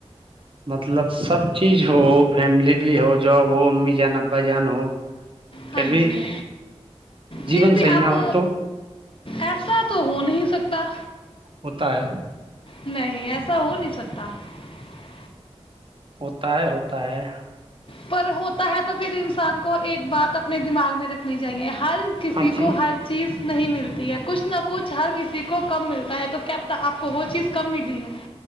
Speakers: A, on the right; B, on the left.
A: مطلب سب چیز ہو فیملی بھی ہو جاب ہو امی جان ابا جان ہو پھر
B: ہاں
A: بھی
B: جی
A: جیون
B: پھر بھی
A: صحیح
B: آپ
A: نہ ہو تو
B: ایسا تو ہو نہیں سکتا
A: ہوتا ہے <unintelligible>
B: نہیں ایسا ہو نہیں سکتا <unintelligible>
A: ا <unintelligible> ہوتا ہے ہوتا ہے <unintelligible>
B: پر ہوتا ہے تو پھر انسان کو ایک بات اپ <unintelligible> اپنے دماغ میں رکھنی چاہیے ہر کسی
A: ہاں جی
B: کو ہر چیز نہیں ملتی ہے کچھ نہ کچھ ہر کسی کو کم ملتا ہے تو کیا پتاہ آپ کو وہ چیز کم ملی ہو